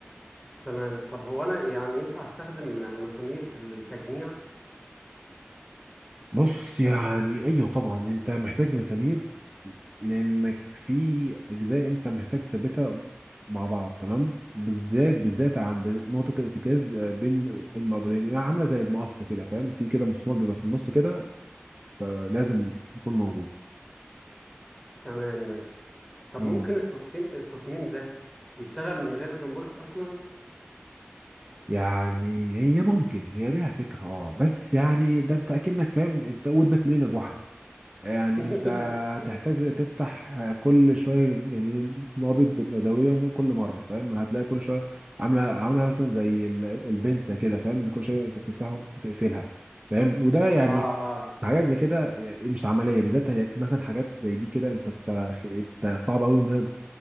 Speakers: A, in the centre; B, on the right (about 25°).
A: تمام طب هو انا يعني ينفع استخدم م- مسامير في التجميع
B: بص يعني ايوه طبعا انت محتاج مسامير لانك في اجزاء انت محتاج تثبتها مع بعض تمام بالذات بالذات عند نقطه الارتكاز آه، بين المعبدين يعني عامله زي المقص كده فاهم في كده مسمار بيبقى في النص كده فلازم يكون موجود
A: تمام ماشي طب
B: مم.
A: ممكن التصميم التصميم ده يشتغل من غير زنبورك اصلا
B: يعني هي ممكن هي ليها فكره اه بس يعني ده انت اكنك فاهم انت ودنك منين يا جحا يعني
A: <laughs>
B: انت هتحتاج تفتح كل شويه يعني نابض بدويا كل مره فاهم هتلاقي كل شويه عامله عامله مثلا زي ال- البنسه كده فاهم كل شويه انت بتفتحها وتقفلها فاهم وده يعني
A: اه اه
B: حاجات زي كده يعني مش عمليه بالذات هي- مثلا حاجات زي دي كده انت بت- انت صعب قوي انها